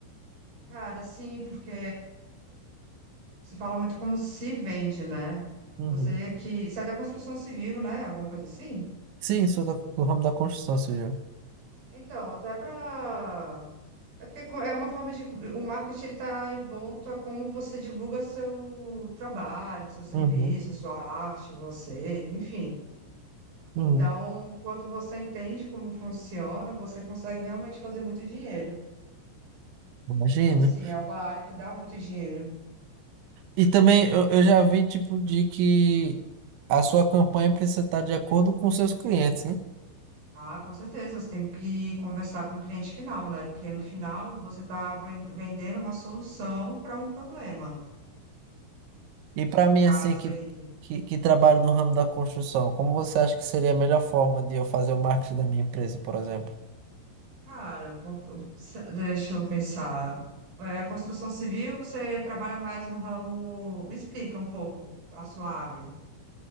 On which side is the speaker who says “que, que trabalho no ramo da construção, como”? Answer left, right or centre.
Right